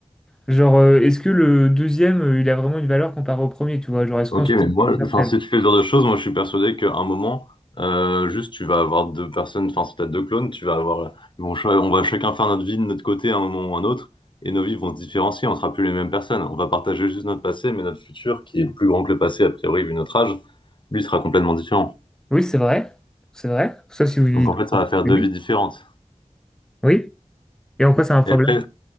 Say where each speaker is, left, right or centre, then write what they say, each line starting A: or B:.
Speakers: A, in the centre; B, on the left.
A: Genre, euh, est-ce que le deuxième, euh, il a vraiment une valeur comparée au premier, tu vois? Genre, est-ce
B: Ok,
A: qu'on se
B: mais
A: c'est
B: moi,
A: virtuel?
B: enfin, si tu fais ce genre de choses, moi, je suis persuadé qu'à un moment, euh, juste, tu vas avoir deux personnes, enfin, si t'as deux clones, tu vas avoir, ils vont, ch- on va chacun faire notre vie de notre côté à un moment ou à un autre, et nos vies vont se différencier, on sera plus les mêmes personnes. On va partager juste notre passé, mais notre futur, qui est plus grand que le passé, a priori, vu notre âge, lui sera complètement différent.
A: Oui, c'est vrai, c'est vrai, sauf si vous vivez...
B: Donc, en
A: tout
B: fait, ça
A: le
B: va
A: temps.
B: faire deux
A: Oui,
B: vies différentes.
A: Oui. et en quoi c'est un problème?
B: Et après,